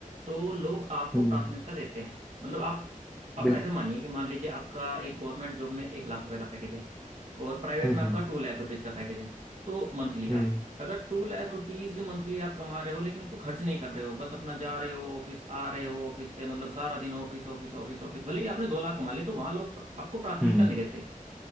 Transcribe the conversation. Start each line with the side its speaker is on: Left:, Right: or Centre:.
Right: तो लोग आपको
Centre: हम्म
Right: प्राथमिकता देते हैं मतलब आप अब
Centre: बिल्कुल
Right: ऐसा मानिए कि मान लीजिए आपका एक गवर्नमेंट जॉब में एक लाख रुपए का पैकेज है और प्राइवेट
Centre: हम्म
Right: में आपका
Centre: हम्म
Right: टू लाख रुपीज का पैकेज है तो मंथली का
Centre: हम्म
Right: अगर टू लाख रुपीज मंथली आप कमा रहे हो लेकिन उसको खर्च नहीं कर रहे हो बस अपना जा रहे हो ऑफिस आ रहे हो ऑफिस से मतलब सारा दिन ऑफिस ऑफिस ऑफिस ऑफिस भले ही आपने दो लाख कमा ले तो वहां लोग प्र- आपको प्राथमिकता
Centre: हम्म
Right: नहीं देते